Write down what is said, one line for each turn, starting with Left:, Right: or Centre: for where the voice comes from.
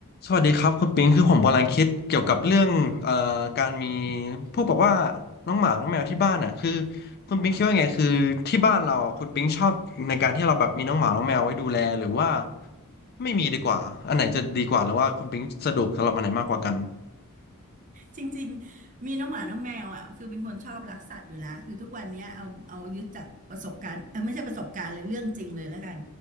Left: สวัสดีครับคุณปิงคือผมกำลังคิดเกี่ยวกับเรื่องเอ่อการมีพวกแบบว่าน้องหมาน้องแมวที่บ้านอ่ะคือคุณปิงคิดว่าไงคือที่บ้านเราอ่ะคุณปิงชอบในการที่เราแบบมีน้องหมาน้องแมวไว้ดูแลหรือว่าไม่มีดีกว่าอันไหนจะดีกว่าหรือว่าคุณปิงสะดวกสำหรับอันไหนมากกว่ากัน
Right: จริงๆมีน้องหมา น้องแมวอ่ะคือเป็นคนชอบรักสัตว์อยู่แล้วคือทุกวันเนี้ยเอาเอายึดจากประสบการณ์เออไม่ใช่ประสบการณ์เลยเรื่องจริงเลยแล้วกัน